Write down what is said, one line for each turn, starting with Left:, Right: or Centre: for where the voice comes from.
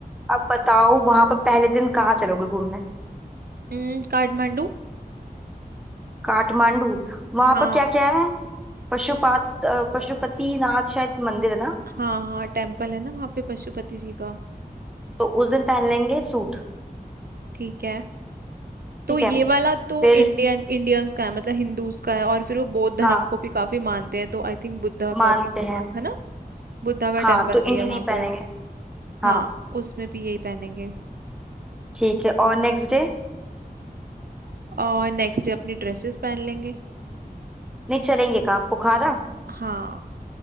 Centre: अब बताओ वहां पर पहले दिन कहाँ चलोगे घूमने
Right: हम्म, काठमांडू
Centre: काठमांडू वहां
Right: हाँ
Centre: पर क्या क्या है पशुपात अ, पशुपति नाथ शायद मंदिर है ना
Right: हाँ हाँ टेम्पल है ना वहाँ पे पशुपति जी का
Centre: तो उस दिन पहन लेंगे सूट
Right: ठीक है तो
Centre: ठीक
Right: ये
Centre: है
Right: वाला तो
Centre: फिर
Right: इंडियन इंडियंस का है मतलब हिंदूज का है और फिर वो बौद्ध धर्म
Centre: हाँ
Right: को भी काफी मानते हैं तो आई थिंक बुद्धा
Centre: मानते
Right: का भी होगा
Centre: हैं
Right: है ना बुद्धा का
Centre: हाँ
Right: टेम्पल
Centre: तो इंडी
Right: भी है वहाँ
Centre: नहीं पहनेंगे
Right: पे हाँ
Centre: हाँ
Right: उसमें भी यही पहनेंगे
Centre: ठीक है और नेक्स्ट डे
Right: और नेक्स्ट डे अपनी ड्रेसेस पहन लेंगे
Centre: नहीं चलेंगे कहाँ पोखरा
Right: हाँ